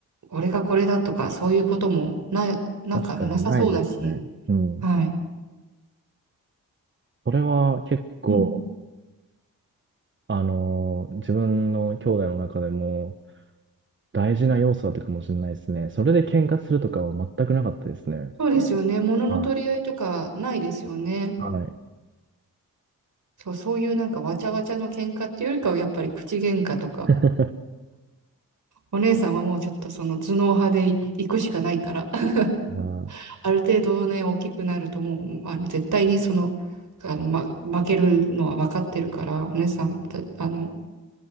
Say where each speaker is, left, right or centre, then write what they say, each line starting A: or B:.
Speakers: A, on the right; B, on the right.
A: 俺がこれだとか、そういうこともな、なんかなさそうだし、
B: 確かにないですね。うん。
A: はい。
B: それは結構、
A: うん。
B: あのー自分の兄弟の中でも大事な要素だったかもしれないですね。それで喧嘩するとかは全くなかったですね。
A: そうですよね。物の取り合いとかないですよね。
B: はい。はい。
A: そう、そういうなんかわちゃわちゃの喧嘩っていうよりかはやっぱり口喧嘩とか、
B: <laughs>
A: お姉さんはもうちょっとその頭脳派でい行くしかないから、<laughs>
B: あ
A: ある程度ね、大きくなるともう、あの、絶対にその、あの、ま、負けるのは分かってるから、お姉さん、たあの、